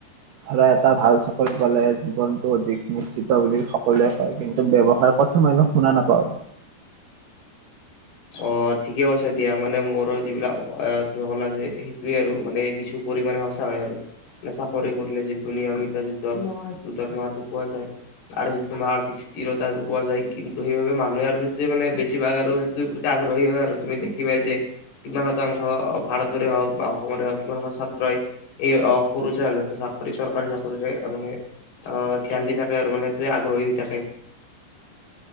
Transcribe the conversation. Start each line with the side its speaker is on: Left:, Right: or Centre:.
Right: ধৰা এটা ভাল চকৰি পালে জীৱনতটো অধিক নিশ্চিত বুলি স সকলোৱে কয়, কিন্তু ব্যৱসাৰ কথা মই ইমান শুনা নাপাওঁ।
Left: অ', ঠিকে কৈছে দিয়া মানে মোৰো যিবিলাক অ', তুমি ক'লা যে সেইয়েই আৰু মানে কিছু পৰিমাণে সঁচা হয় আৰু। মানে চাকৰি কৰিলে যিটো নিয়মিত যিটো দৰমহ হয়, সেইটো দৰমহাটো পোৱা যায়। আৰু যি তুমাৰ স্থিৰতাটো পোৱা যায় কিন্তু সেইবাবে মানুহ আৰু সেইটোৱে মানে বেছিভাগ আৰু তোৰ প্ৰতি আগ্ৰহী হয় আৰু, তুমি দেখিবাই যে কিমান শতাংশ, ভাৰতৰে হওঁক বা অসমৰে হওঁক কিমান শতাংশ ছাত্ৰই এই অ', সৰু চাই হলেও চাকৰি চৰকাৰী চাকৰিৰে মানে অ', ধ্যান দি থাকে আৰু মানে টোৱে আগ্ৰহী হৈ থাকে।